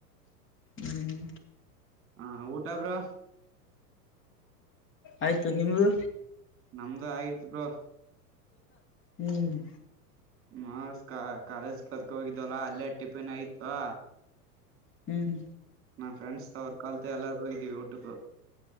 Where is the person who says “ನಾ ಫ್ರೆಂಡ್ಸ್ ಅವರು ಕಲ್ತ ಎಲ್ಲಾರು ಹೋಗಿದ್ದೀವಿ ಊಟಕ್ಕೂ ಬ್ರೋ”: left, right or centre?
Right